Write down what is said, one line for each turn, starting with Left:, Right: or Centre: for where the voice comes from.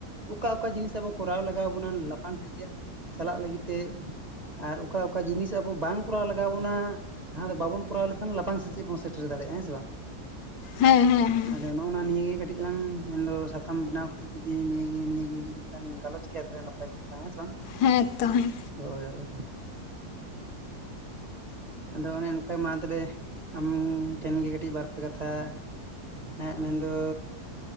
Right: ᱚᱠᱟ ᱚᱠᱟ ᱡᱤᱱᱤᱥ ᱟᱵᱚ ᱠᱚᱨᱟᱣ ᱞᱟᱜᱟᱣ ᱵᱚᱱᱟ, ᱞᱟᱯᱷᱟᱝ ᱥᱮᱪᱮᱫ ᱪᱟᱞᱟᱜ ᱞᱟᱹᱜᱤᱫ ᱛᱮ, ᱟᱨ ᱚᱠᱟ ᱚᱠᱟ ᱡᱤᱱᱤᱥ ᱟᱵᱚ ᱵᱟᱝ ᱠᱚᱨᱟᱣ ᱞᱟᱜᱟᱣ ᱵᱚᱱᱟ ᱾ ᱡᱟᱦᱟᱸ ᱫᱚ ᱵᱟᱵᱚᱱ ᱠᱚᱨᱟᱣ ᱞᱮᱠᱷᱟᱱ ᱞᱟᱯᱷᱟᱝ ᱥᱮᱪᱮᱫ ᱵᱚᱱ ᱥᱮᱴᱮᱨ ᱫᱟᱲᱮᱭᱟᱜᱼᱟ ᱾ ᱦᱮᱸ ᱥᱮ ᱵᱟᱝ?
Left: ᱦᱮᱸ ᱦᱮᱸ ᱦᱮᱸ
Right: ᱟᱫᱚ ᱱᱚᱜ-ᱚᱱᱟ ᱱᱤᱭᱟᱹᱜᱮ ᱠᱟᱹᱴᱤᱡ ᱞᱟᱝ ᱢᱮᱱᱫᱚ ᱥᱟᱛᱟᱢ ᱵᱮᱱᱟᱣ ᱠᱟᱛᱮᱜ ᱡᱩᱫᱤ ᱱᱤᱭᱟᱹᱜᱮ ᱱᱤᱭᱟᱹᱜᱮ ᱡᱩᱫᱤᱞᱟᱝ ᱜᱟᱞᱚᱪ ᱠᱮᱭᱟ ᱛᱟᱦᱞᱮ ᱱᱟᱯᱟᱭ ᱠᱚᱜ ᱛᱟᱞᱟᱝᱟ ᱦᱮᱸ ᱥᱮ ᱵᱟᱝ,
Left: ᱦᱮᱸ ᱛᱚ ᱦᱮᱸ
Right: ᱦᱳᱭ ᱦᱳᱭ, ᱟᱫᱚ ᱚᱱᱮ ᱚᱱᱠᱟ ᱢᱟ ᱛᱟᱦᱚᱞᱮ ᱟᱢ ᱴᱷᱮᱱ ᱜᱮ ᱠᱟᱹᱴᱤᱡ ᱵᱟᱨᱯᱮ ᱠᱟᱛᱷᱟ, ᱦᱮᱸ ᱢᱮᱱ ᱫᱚ